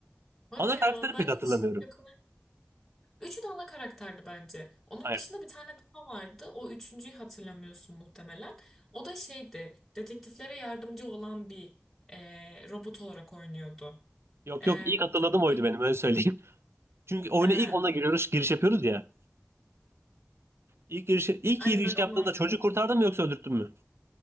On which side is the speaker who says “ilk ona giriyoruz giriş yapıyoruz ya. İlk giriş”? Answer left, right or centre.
Right